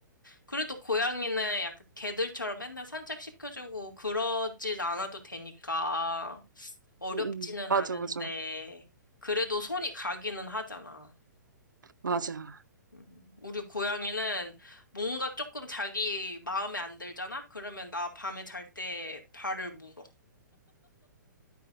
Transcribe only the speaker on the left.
그래도 고양이는 약간 개들처럼 맨날 산책시켜주고 그러진 않아도 되니까. 어렵지는
않은데,
그래도 손이 가기는 하잖아.
음, 우리 고양이는 뭔가 조금 자기 마음에 안 들잖아? 그러면 나 밤에 잘 때 발을 물어.